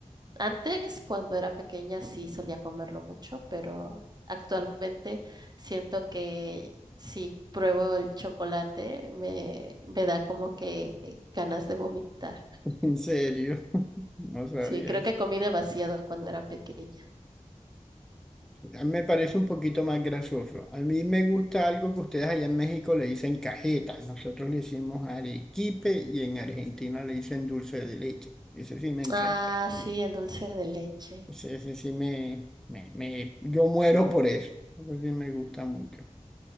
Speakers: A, on the right; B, in the centre.
A: Antes, cuando era pequeña, sí solía comerlo mucho, pero actualmente siento que si pruebo el chocolate me, me da como que ganas de vomitar.
B: <laughs> en serio, <laughs> no sabía
A: Sí, creo
B: eso.
A: que comí demasiado cuando era pequeña.
B: A mí me parece un poquito más grasoso. A mí me gusta algo que ustedes allá en México le dicen cajetas, nosotros le decimos arequipe y en Argentina le dicen dulce de leche. Ese sí me encanta.
A: Ah, sí, el dulce de leche.
B: Ese, ese sí me, me, me- yo muero por eso. Eso sí me gusta mucho.